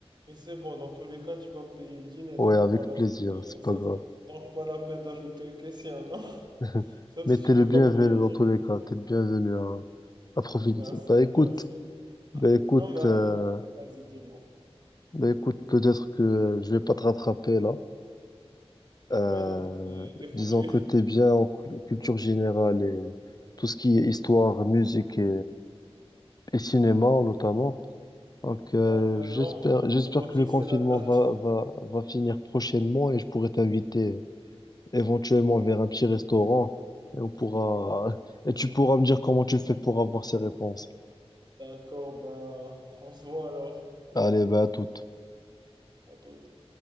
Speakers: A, on the right (about 45°); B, on the left (about 40°).
A: Mais c'est bon, dans tous les cas, tu vas payer le dîner,
B: ouais,
A: donc
B: avec
A: pas la
B: plaisir.
A: peine de
B: C'est pas
A: cette...
B: grave.
A: donc pas la peine d'ajouter une question, non? <laughs>
B: <laughs>
A: Sauf
B: Mais
A: si
B: t'es
A: tu veux
B: le bienvenu
A: pas payer le
B: dans
A: dîner.
B: tous les cas. T'es le bienvenu à, à profiter.
A: Merci,
B: Bah, écoute.
A: merci.
B: Ben écoute,
A: Non, mais alors,
B: euh,
A: vas-y, dis-moi.
B: ben écoute, peut-être que euh, je vais pas te rattraper là. Euh,
A: Ouais, donc t'es t'es foutu.
B: disons
A: <laughs>
B: que t'es bien en cu- culture générale et tout ce qui est histoire, musique et, et cinéma notamment. Donc euh,
A: Donc maintenant,
B: j'espère, j'espère
A: on doit
B: que
A: fixer
B: le confinement
A: la date.
B: va, va, va finir prochainement et je pourrai t'inviter éventuellement vers un petit restaurant et on pourra <laughs> et tu pourras me dire comment tu fais pour avoir ces réponses.
A: D'accord, ben, on se voit alors.
B: Allez, ben à toute.
A: À toute.